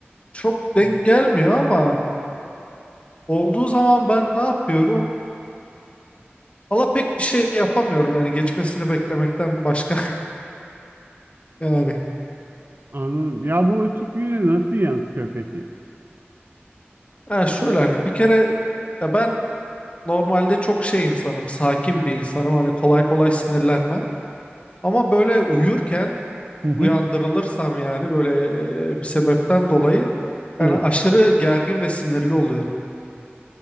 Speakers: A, on the left; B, on the right.
A: çok denk
B: mu?
A: gelmiyor ama olduğu zaman ben ne yapıyorum? Allah pek bir şey yapamıyorum yani geçmesini beklemekten başka <laughs> yani.
B: Anladım. Ya bu açık güne nasıl yansıyor peki?
A: Ha şöyle hani bir kere ya ben Normalde çok şey insanım, sakin bir insanım. Hani kolay kolay sinirlenmem. Ama böyle uyurken
B: Hı hı.
A: uyandırılırsam yani böyle e, bir sebepten dolayı
B: Evet.
A: yani aşırı gergin ve sinirli oluyorum.